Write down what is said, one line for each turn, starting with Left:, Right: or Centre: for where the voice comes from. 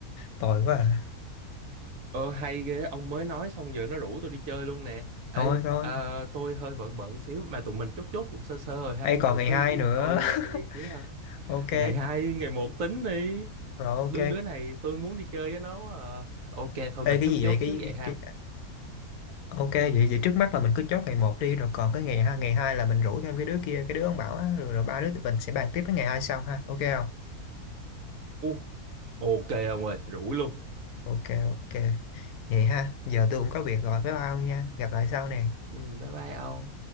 Left: tồi quá à
Right: ơ hay ghê, ông mới nói xong giờ nó rủ tôi đi chơi luôn nè. Ê,
Left: thôi thôi
Right: à, tôi hơi bận bận xíu mà tụi mình chốt chốt cũng sơ sơ rồi ha.
Left: ấy còn
Right: Ừ
Left: ngày
Right: có
Left: hai
Right: gì
Left: nữa
Right: tôi chơi xíu ha.
Left: <laughs> ok
Right: Ngày hai, ngày một tính đi.
Left: rồi ok
Right: Đứa đứa này tôi muốn đi chơi với nó quá à. Ok thôi
Left: Ê
Right: mình
Left: cái
Right: chốt
Left: gì
Right: chốt
Left: vậy cái,
Right: chứ
Left: cái,
Right: vậy ha.
Left: cái... Ok vậy vậy trước mắt là mình cứ chốt ngày một đi rồi còn cái ngày hai ngày hai là mình rủ thêm cái đứa kia cái đứa ông bảo á, rồi, rồi ba đứa tụi mình sẽ bàn tiếp cái ngày hai sau ha ok không
Right: U, ok ông ơi, rủ luôn.
Left: ok ok vậy ha giờ tôi cũng có việc rồi bye bye ông nha gặp lại sau nè
Right: Ừ, bye bye ông.